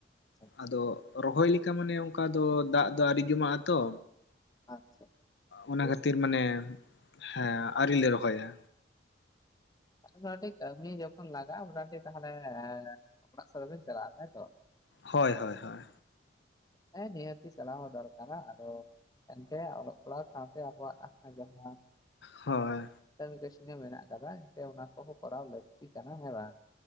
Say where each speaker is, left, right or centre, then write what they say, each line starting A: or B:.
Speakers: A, on the left; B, on the left.
A: ᱟᱪᱪᱷᱟ ᱟᱪᱪᱷᱟ
B: ᱟᱫᱚ ᱨᱚᱦᱚᱭ ᱞᱮᱠᱟ ᱢᱟᱱᱮ ᱚᱱᱠᱟ ᱫᱚ ᱫᱟᱜ ᱫᱚ ᱟᱨᱤ ᱡᱚᱢᱟᱜ ᱟᱛᱚ
A: ᱟᱪᱪᱷᱟ
B: ᱚᱱᱟ
A: ᱵᱮᱥ᱾
B: ᱠᱷᱟᱹᱛᱤᱨ ᱢᱟᱱᱮ ᱦᱮᱸᱻ ᱟᱹᱩᱨᱤ ᱞᱮ ᱨᱚᱦᱚᱭᱟ᱾
A: <unintelligible> ᱠᱟᱹᱢᱤ ᱡᱚᱠᱷᱚᱱ ᱞᱟᱜᱟ-ᱟ <unintelligible> ᱛᱟᱦᱚᱞᱮ ᱚᱲᱟᱜ ᱥᱮᱫ ᱵᱟᱵᱤᱱ ᱪᱟᱞᱟᱜᱼᱟ ᱛᱟᱭᱛᱚ
B: ᱦᱳᱭ ᱦᱳᱭ ᱦᱳᱭ
A: ᱦᱮᱸ ᱱᱤᱭᱟᱛᱤ ᱪᱟᱞᱟᱣ ᱦᱚᱸ ᱫᱚᱨᱠᱟᱨᱟ ᱟᱫᱚ ᱮᱱᱛᱮ ᱚᱞᱚᱜ ᱯᱟᱲᱦᱟᱣ ᱥᱟᱶᱛᱮ ᱟᱵᱚᱣᱟᱜ ᱟᱹᱡᱚᱢ ᱦᱚ
B: ᱦᱳᱭ
A: <inaudible> ᱢᱮᱱᱟᱜ ᱠᱟᱫᱟ ᱮᱱᱛᱮ ᱚᱱᱟ ᱠᱚᱦᱚᱸ ᱠᱚᱨᱟᱣ ᱞᱟᱹᱠᱛᱤ ᱠᱟᱱᱟ ᱦᱮᱸ ᱵᱟᱝ